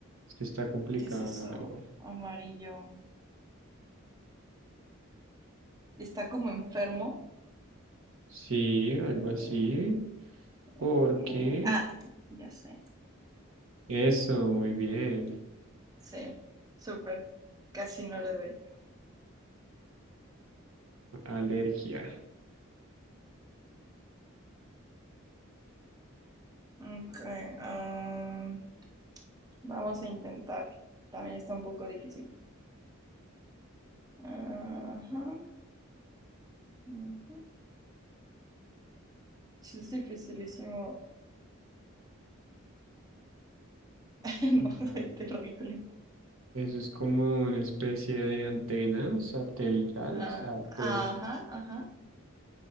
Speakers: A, on the right (about 75°); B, on the right (about 20°).
A: Es que está complicado,
B: ¿qué es eso?
A: la verdad.
B: Amarillo. Está como enfermo.
A: Sí,
B: Eh,
A: algo así.
B: ok,
A: Porque
B: Ah, ya sé.
A: eso, muy bien.
B: Sí, súper. Casi no le doy.
A: Alergia.
B: Okay, am, vamos a intentar. También está un poco difícil. Ajá. ujú. Sí, es dificilísimo. <laughs>
A: A
B: No soy
A: ver,
B: terrible.
A: Eso es como una especie de antena satelital,
B: Ah,
A: satélite.
B: ajá, ajá.